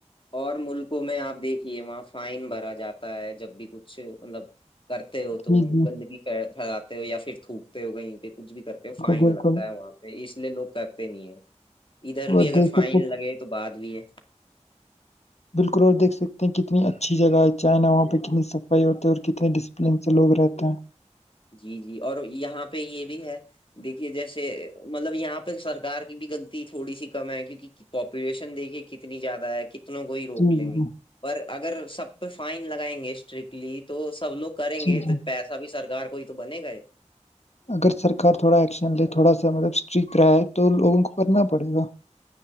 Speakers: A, on the left (about 45°); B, on the left (about 60°).
A: اور ملکوں میں آپ دیکھیے وہاں فائن بھرا جاتا ہے جب بھی کچھ مطلب کرتے ہو تم
B: جی، جی،
A: گندگی پھیلاتے ہو یا پھر تھوکتے ہو کہیں پہ کچھ بھی کرتے ہیں فائن
B: بالکل، بالکل
A: لگتا ہے وہاں پہ اس لیے لوگ کہتے نہیں ہے ادھر بھی
B: اور دیکھ
A: اگر فائن
B: سکتے
A: لگے تو بعد بھی ہے
B: بالکل اور دیکھ سکتے ہیں کتنی اچھی جگہ ہے چائنا وہاں پہ کتنی صفائی ہوتی ہے اور کتنے ڈسپلین سے لوگ رہتے ہیں
A: جی جی اور یہاں پہ یہ بھی ہے دیکھیے جیسے مطلب یہاں پہ سرک کی بھی غلط تھوڑی سی کم ہے کیونکہ پاپولیشن دیکھیے کتنی زیادہ ہے کو ہی روک
B: جی،
A: لیں
B: جی،
A: گے پر اگر سب پہ فائن لگائیں گے اسٹرکٹلی تو سب لوگ کریں
B: جی،
A: گے
B: جی۔
A: تو پیسہ بھی سرار کو ہی تو بنے گا ہے
B: اگر سرکار تھوڑا ایکشن لے تھوڑا سا مطلب اسٹرکٹ رہا ہے تو لوگوں کو کرنا پڑے گا